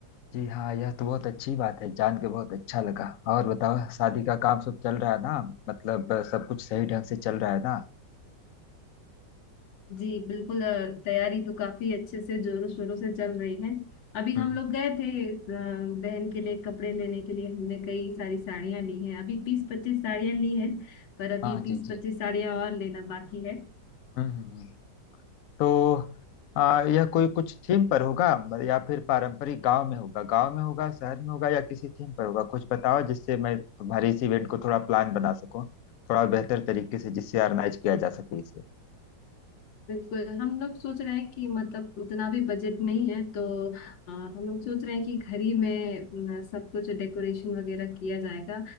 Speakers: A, on the left; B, on the left.
A: जी हाँ यह तो बहुत अच्छी बात है जान के बहुत अच्छा लगा और बताओ शादी का काम सब चल रहा है ना मतलब अ, सब कुछ सही ढंग से चल रहा है ना
B: जी बिल्कुल अ, तैयारी तो काफी अच्छे से जोरों शोरों से चल रही है अभी हम
A: हम्म
B: लोग गए थे अ, बहन के लिए कपड़े लेने के लिए हमने कई सारी साड़ियां ली हैं अभी बीस पच्चीस साड़ियां ली हैं पर अभी
A: हाँ जी
B: बीस
A: जी
B: पच्चीस साड़ियां और लेना बाकी है
A: हम्म हम्म, तो आ, यह कोई कुछ थीम पर होगा या फिर पारंपरिक गांव में होगा गांव में होगा शहर में होगा या किसी थीम पर होगा कुछ बताओ जिससे मैं तुम्हारे इस इवेंट को थोड़ा प्लान बना सकूं थोड़ा बेहतर तरीके से जिससे ऑर्गेनाइज किया जा सके इसे
B: बिल्कुल हम लोग सोच रहे हैं कि मतलब उतना भी बजट नहीं है तो अ, हम लोग सोच रहे हैं कि घर ही में अ, सब कुछ डेकोरेशन वगैरह किया जाएगा